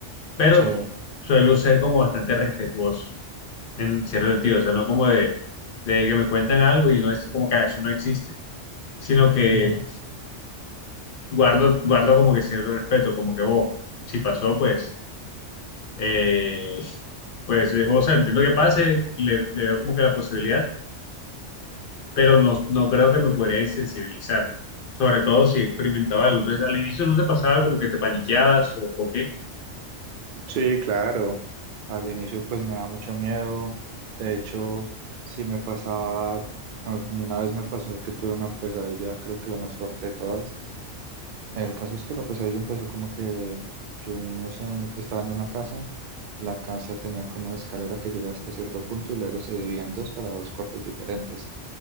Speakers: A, on the left; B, on the right.
A: pero
B: Sí,
A: suelo ser como bastante respetuoso en cierto sentido, o sea, no como de, de que me cuentan algo y no es como que "Ah, eso no existe, sino que
B: ujú.
A: guardo, guardo como que cierto respeto, como que, oh, si pasó, pues, eh, pues, eh, o sea, entiendo que pase, le, le veo como que la posibilidad, pero no, no creo que me podría insensibilizar, sobre todo si experimentaba algo. Entonces, al inicio no te pasaba como que te paniqueabas o, o qué.
B: Sí, claro. Al inicio pues me da mucho miedo. De hecho, sí me pasaba, ah, una vez me pasó que tuve una pesadilla, creo que la más fuerte de todas. El caso es que la pesadilla empezó como que yo no sé, estaba en una casa, la casa tenía como una escalera que llegaba hasta cierto punto y luego se dividían dos para dos cuartos diferentes.